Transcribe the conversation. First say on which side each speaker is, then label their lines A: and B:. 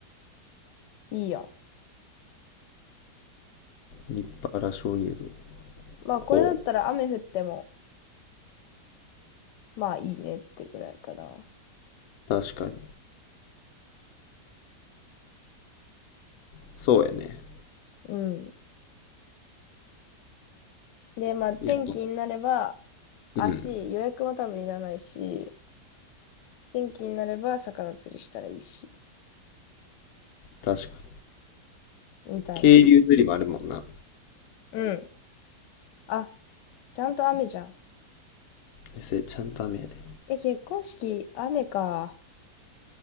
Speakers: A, on the left (about 85°); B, on the left (about 65°).
A: いいやん。
B: 立派な鍾乳洞。
A: まあこれだったら雨降っても
B: ほう。
A: まあいいねってぐらいかな。
B: 確かに。そうやね。
A: うん。で、まあ天気になれば、
B: いや、
A: 足、
B: うん。
A: 予約も多分いらないし、天気になれば魚釣りしたらいいし、
B: 確かに。
A: みたいな。
B: 渓流釣りもあるもんな。
A: うん。あ、ちゃんと雨じゃん。
B: え、せ、ちゃんと雨やで。
A: え、結婚式、雨か。